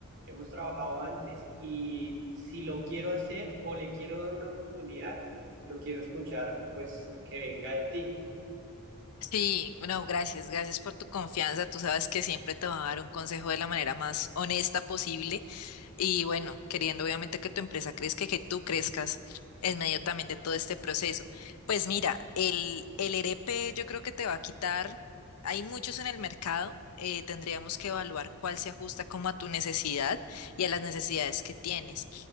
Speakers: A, on the right; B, on the left.
A: hemos trabajado antes y si lo quiero hacer o le quiero dar una oportunidad, lo quiero escuchar, pues que venga de ti.
B: Sí, bueno, gracias, gracias por tu confianza. Tú sabes que siempre te va a dar un consejo de la manera más honesta posible y bueno, queriendo obviamente que tu empresa crezca y que tú crezcas en medio también de todo este proceso. Pues mira, el, el ERP yo creo que te va a quitar, hay muchos en el mercado, eh, tendríamos que evaluar cuál se ajusta como a tu necesidad y a las necesidades que tienes.